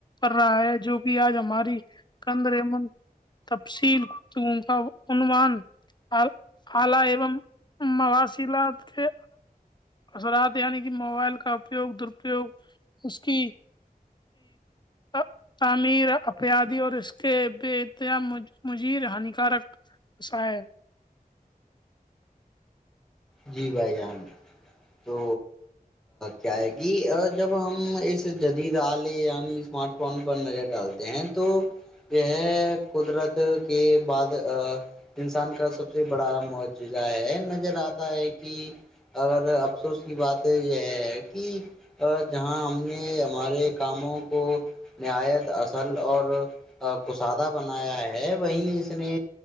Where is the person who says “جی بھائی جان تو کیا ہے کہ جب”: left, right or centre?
Centre